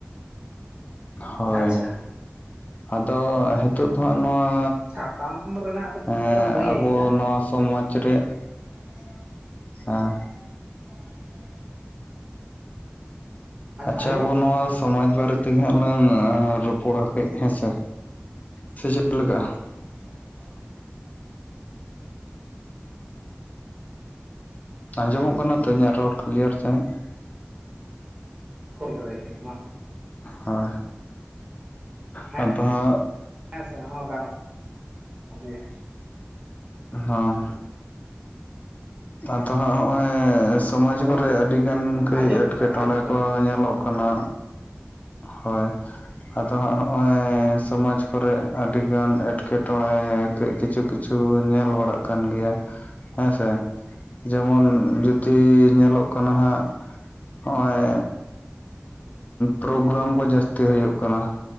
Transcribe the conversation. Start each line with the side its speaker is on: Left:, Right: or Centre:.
Left: ᱦᱳᱭ,
Right: ᱟᱪᱪᱷᱟ
Left: ᱟᱫᱚ ᱦᱮᱛᱳᱜ ᱫᱚ ᱦᱟᱸᱜ ᱱᱚᱣᱟ
Right: ᱥᱟᱛᱟᱢ ᱨᱮᱱᱟᱜ ᱫᱚ
Left: ᱦᱮᱸᱻ
Right: ᱦᱟᱸᱜ ᱵᱟᱹᱧ
Left: ᱟᱵᱚ
Right: ᱞᱟᱹᱭ ᱠᱟᱜᱼᱟ
Left: ᱱᱚᱣᱟ ᱥᱚᱢᱟᱡᱽ ᱨᱮᱭᱟᱜ
Right: <inaudible>
Left: ᱦᱮᱸ᱾
Right: <inaudible>
Left: ᱟᱪᱪᱷᱟ
Right: ᱟᱸᱡᱚᱢᱚᱜ
Left: ᱟᱵᱚ
Right: ᱠᱟᱱᱟ
Left: ᱱᱚᱣᱟ ᱥᱚᱢᱟᱡᱽ ᱵᱟᱨᱮ ᱛᱮᱜᱮ ᱦᱟᱸᱜ ᱞᱟᱝ ᱨᱚ ᱯᱚᱲᱟ ᱠᱟᱹᱡ ᱦᱮᱸ ᱥᱮ, ᱥᱮ ᱪᱮᱫ ᱞᱮᱠᱟᱜᱼᱟ?
Right: <inaudible>
Left: ᱟᱸᱡᱚᱢᱚᱜ ᱠᱟᱱᱟ ᱛᱚ ᱤᱧᱟᱹᱜ ᱨᱚᱲ ᱠᱞᱤᱭᱟᱨ ᱥᱟᱺᱦᱤᱡ?
Right: ᱦᱳᱭ ᱦᱳᱭ, ᱢᱟ
Left: ᱦᱳᱭ,
Right: ᱦᱮᱸ
Left: ᱟᱫᱚ ᱦᱟᱹᱜ
Right: ᱦᱮᱸ ᱥᱮ ᱦᱚᱸ ᱜᱟᱱᱚᱜ ᱜᱮᱭᱟ᱾
Left: ᱦᱚᱸ ᱟᱫᱚ ᱦᱟᱸᱜ ᱦᱚᱸᱜ-ᱚᱭ ᱥᱚᱢᱟᱡᱽ
Right: ᱦᱳᱭ
Left: ᱠᱚᱨᱮ ᱟᱹᱰᱤᱜᱟᱱ ᱠᱟᱹᱡ
Right: ᱟᱸᱡᱚᱢᱚᱜ
Left: ᱮᱴᱠᱮᱴᱚᱬᱮ
Right: ᱠᱟᱱᱟ ᱟᱸᱡᱚᱢᱚᱜ ᱠᱟᱱᱟ
Left: ᱠᱚ ᱧᱮᱞᱚᱜ ᱠᱟᱱᱟ᱾ ᱦᱳᱭ, ᱟᱫᱚ ᱦᱟᱸᱜ ᱦᱚᱜ-ᱚᱭ ᱥᱚᱢᱟᱡᱽ ᱠᱚᱨᱮ ᱟᱹᱰᱤᱜᱟᱱ ᱮᱴᱠᱮᱴᱚᱬᱮ ᱠᱟᱹᱡ ᱠᱤᱪᱷᱩ ᱠᱤᱪᱷᱩ ᱧᱮᱞ ᱵᱟᱲᱟᱜ ᱠᱟᱱ ᱜᱮᱭᱟ ᱦᱮᱸᱥᱮ᱾ ᱡᱮᱢᱚᱱ ᱡᱩᱫᱤ ᱧᱮᱞᱚᱜ ᱠᱟᱱᱟ ᱦᱟᱸᱜ ᱦᱚᱜ-ᱚᱭ ᱯᱨᱳᱜᱨᱟᱢ ᱠᱚ ᱡᱟᱹᱥᱛᱤ ᱦᱳᱭᱳᱜ ᱠᱟᱱᱟ